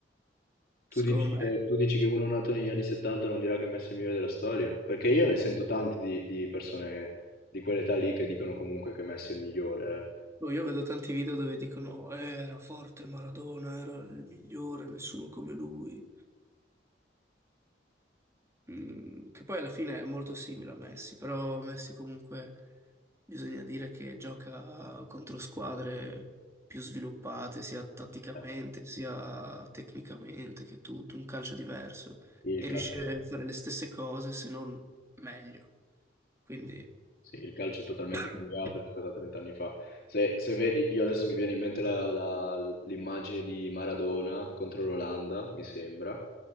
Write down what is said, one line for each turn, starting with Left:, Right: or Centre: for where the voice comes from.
Left: Tu
Right: secondo
Left: dici che,
Right: me...
Left: tu dici che uno nato negli anni 70 non dirà che Messi è il migliore della storia? Perché io ne sento tanti di, di persone di quell'età lì che dicono comunque che Messi è il migliore.
Right: boh, Io vedo tanti video dove dicono "Eh, era forte Maradona, era il migliore, nessuno come lui. Mm, che poi alla fine è molto simile a Messi, però Messi comunque bisogna dire che gioca contro squadre più sviluppate sia tatticamente
Left: Eh, Eh,
Right: sia tecnicamente, che tutto un calcio diverso
Left: sì, il
Right: e
Left: calcio,
Right: riesce a fare le stesse cose se non meglio. Quindi
Left: sì, il calcio è totalmente
Right: <coughs>
Left: cambiato rispetto a 30 anni fa. Se, se vedi, io adesso mi viene in mente la- la- l'immagine di Maradona contro l'Olanda, mi sembra,